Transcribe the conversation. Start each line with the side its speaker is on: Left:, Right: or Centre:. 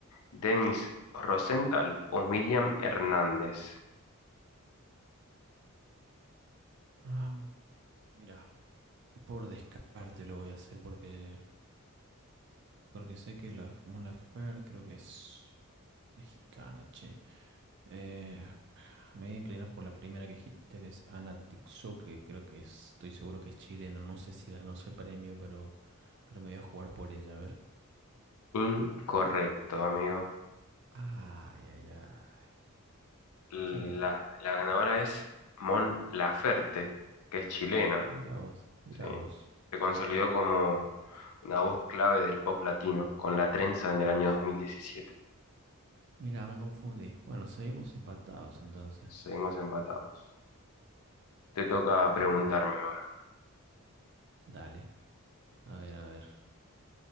Left: Denis Rosenthal o Miriam Hernández.
Right: Ah, mira, por descarte lo voy a hacer porque, porque sé que la Mon Laferte creo que es mexicana, che. Eh, me voy a inclinar por la primera que dijiste, que es Ana Tixou, que creo que es- estoy seguro que es chilena. No sé si ganó ese premio, pero, pero me voy a jugar por ella, a ver.
Left: Incorrecto, amigo.
Right: Ay, ay, ay.
Left: La,
Right: ¿Quién era?
Left: la ganadora es Mon Laferte, que es chilena,
Right: Mira vos, mira
Left: ¿sí?
Right: vos.
Left: Se consolidó como una voz clave del pop latino con La Trenza en el año 2017.
Right: Mira, me confundí. Bueno, seguimos empatados entonces.
Left: Seguimos empatados. Te toca
Right: Bueno,
Left: preguntarme ahora.
Right: dale. A ver, a ver.